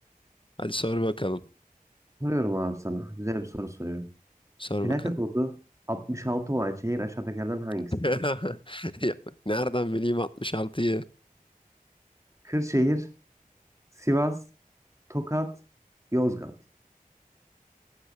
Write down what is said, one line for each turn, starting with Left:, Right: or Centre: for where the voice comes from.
Left: Hadi sor bakalım.
Right: Soruyorum abi sana. Güzel bir soru soruyorum.
Left: Sor
Right: Plaka
Left: bakalım.
Right: kodu 66 olan şehir aşağıdakilerden hangisidir?
Left: <laughs> Ya, nereden bileyim 66'yı?
Right: Kırşehir, Sivas, Tokat, Yozgat.